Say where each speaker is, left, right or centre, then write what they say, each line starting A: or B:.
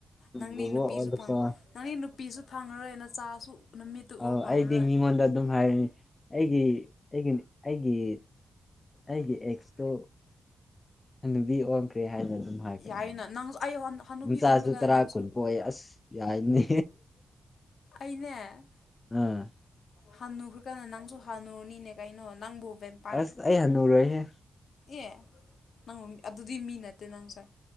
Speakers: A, on the left; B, on the left.
A: ꯅꯪꯗꯤ
B: ꯕꯣꯕꯣꯛ
A: ꯅꯨꯄꯤꯁꯨ
B: ꯑꯣꯜꯂꯨꯀꯣ
A: ꯐꯪ ꯅꯪꯗꯤ ꯅꯨꯄꯤꯁꯨ ꯐꯪꯉꯔꯣꯏ ꯅꯆꯥꯁꯨ ꯅꯨꯃꯤꯠꯇꯨ
B: ꯑꯥꯎ
A: ꯎ ꯐꯪꯉꯔꯣꯏ
B: ꯑꯩꯗꯤ ꯃꯤꯉꯣꯟꯗ ꯑꯗꯨꯝ ꯍꯥꯏꯔꯅꯤ ꯑꯩꯒꯤ ꯑꯩꯒꯤ ꯑꯩꯒꯤ ꯑꯩꯒꯤ ꯑꯦꯛꯁ ꯇꯣ ꯍꯥꯅꯨꯕꯤ ꯑꯣꯟꯈ꯭ꯔꯦ ꯍꯥꯏꯅ ꯑꯗꯨꯝ ꯍꯥꯏꯒꯅꯤꯅ
A: ꯌꯥꯏꯅ ꯅꯪꯁꯨ ꯑꯩ ꯍꯅꯨꯕꯤ
B: ꯅꯆꯥꯖꯨ
A: ꯑꯣꯟꯕ ꯀꯥꯟꯗ
B: ꯇꯔꯥ
A: ꯅꯪꯁꯨ
B: ꯀꯨꯟ ꯄꯣꯛꯑꯦ ꯑꯁ ꯌꯥꯏꯅꯦ
A: ꯑꯩꯅꯦ
B: ꯑꯥ
A: ꯍꯥꯟꯅꯨꯈ꯭ꯔꯥꯀꯥꯟꯅ ꯅꯪꯁꯨ ꯍꯥꯟꯅꯨꯔꯅꯤꯅꯦ ꯀꯩꯅꯣ ꯅꯪꯕꯨ ꯕꯦꯝ
B: ꯑꯁ ꯑꯩ ꯍꯟꯅꯨꯔꯣꯏꯍꯦ
A: ꯑꯦ ꯅꯪ ꯑꯗꯨꯗꯤ ꯃꯤ ꯅꯠꯇꯦ ꯅꯪꯁꯦ